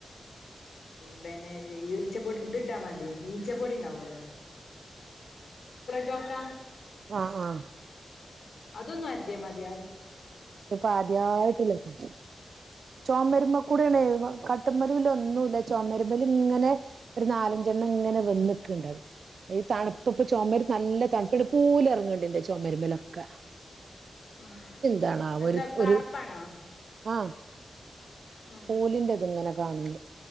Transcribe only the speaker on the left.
എന്താനാ ഈർച്ച പൊടി ഇത് ഇട്ടാ മതി ഈച്ച പൊടിണ്ടാവുല്ലോ ചോക്ക
അതൊന്നും അല്ല മതിയാവൂല്ലാ
ആഹ്
എന്താ
ബാർപ്പാണോ
ആഹ്